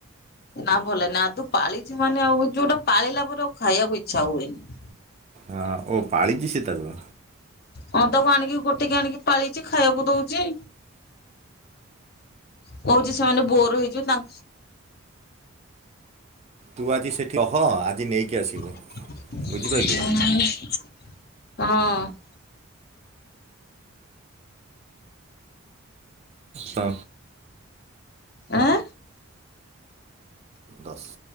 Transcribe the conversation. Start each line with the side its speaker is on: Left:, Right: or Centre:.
Left: ନା ଭଲଲାଗେନି ନା ତୁ ପାଳିଚୁ ମାନେ ଆଉ ଯଉଟା ପାଳିଲା ପରେ ଆଉ ଖାଇବାକୁ ଇଚ୍ଛା ହୁଏନି।
Right: ହଁ ଓ ପାଳିଚି ସେ ତାକୁ।
Left: ହଁ ତାକୁ ଆଣିକି ଗୋଟେଇକି ଆଣିକି ପାଳିଚି ଖାଇଆକୁ ଦଉଚି। କହୁଚି ସେମାନେ ବୋର୍ ହେଇଯିବେ ତାଙ୍କ୍
Right: ତୁ ଆଜି ସେଠି ଅହ ଆଜି ନେଇକି ଆସିବୁ
Left: <unintelligible>
Right: ବୁଝିପାରିଲୁ
Left: ହଁ।
Right: ହ।
Left: ଆଁ।
Right: ଦଶ୍।